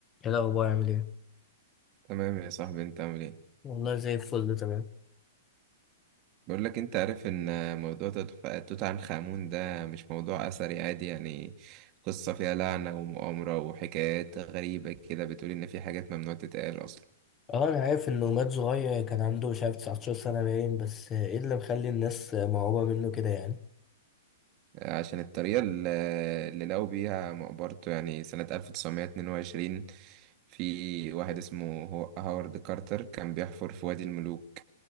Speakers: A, on the left; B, on the right.
A: ايه الاخبار عامل ايه
B: تمام يا صاحبي انت عامل ايه
A: والله زي الفل تمام
B: بقول لك انت عارف ان موضوع توت توت عنخ آمون ده مش موضوع اثري عادي يعني قصة فيها لعنة ومؤامرة وحكايات غريبة كده بتقول ان في حاجات ممنوع تتقال اصلا
A: اه انا عارف انه مات صغير كان عنده مش عارف 19 سنه باين بس ايه اللي مخلي الناس مرعوبه منه كده يعني
B: عشان الطريقة ال- اللي لقوا بيها مقبرته يعني سنة 1922 في واحد اسمه هو- هاورد كارتر كان بيحفر في وادي الملوك